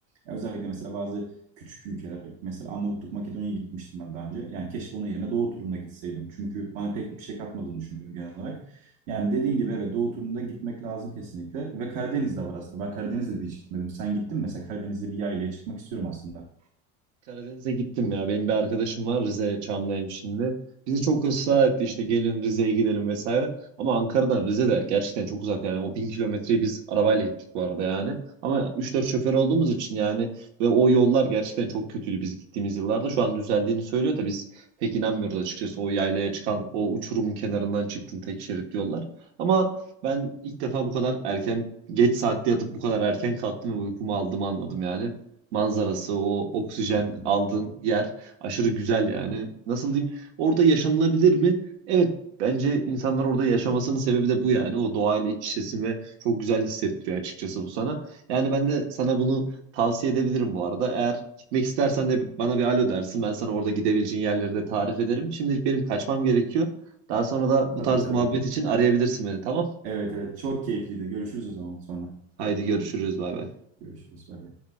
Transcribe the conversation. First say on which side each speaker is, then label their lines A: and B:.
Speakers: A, on the right (about 70°); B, on the right (about 80°).
A: Ya özellikle mesela bazı küçük ülkeler, mesela Arnavutluk, Makedonya'ya gitmiştim ben daha önce. Yani keşke onun yerine Doğu turuna gitseydim. Çünkü bana pek bir şey katmadığını düşünüyorum genel olarak. Yani dediğin gibi evet Doğu turuna gitmek lazım kesinlikle. Ve Karadeniz'de var aslında. Ben Karadeniz'de de hiç gitmedim. Sen gittin mi? mesela Karadeniz'de bir yaylaya çıkmak istiyorum aslında.
B: Karadeniz'e gittim ya. Benim bir arkadaşım var Rize Çamlıhemşinli. Bizi çok ısrar etti işte gelin Rize'ye gidelim vesaire. Ama Ankara'dan Rize de gerçekten çok uzak yani. O bin kilometreyi biz arabayla gittik bu arada yani. Ama üç dört şoför olduğumuz için yani ve o yollar gerçekten çok kötüydü biz gittiğimiz yıllarda. Şu an düzeldiğini söylüyor da biz pek inanmıyoruz açıkçası. O yaylaya çıkan o uçurumun kenarından çıktın tek şerit yollar. Ama ben ilk defa bu kadar erken geç saatte yatıp bu kadar erken kalktım ve uykumu aldığımı anladım yani manzarası, o oksijen
A: <laughs>
B: aldığın yer aşırı güzel yani. Nasıl diyeyim? Orada yaşanılabilir mi? Evet, bence insanlar orada yaşamasının sebebi de bu yani. O doğayla iç içesin ve çok güzel hissettiriyor açıkçası bu sana. Yani ben de sana bunu tavsiye edebilirim bu arada. Eğer gitmek istersen de bana bir alo dersin. Ben sana orada gidebileceğin yerleri de tarif ederim. Şimdilik benim kaçmam gerekiyor. Daha sonra da bu
A: Tabii
B: tarz
A: tabii.
B: muhabbet için arayabilirsin beni, tamam?
A: Evet evet çok keyifliydi. Görüşürüz o zaman sonra.
B: Haydi görüşürüz, bay bay.
A: Görüşürüz. Bay bay.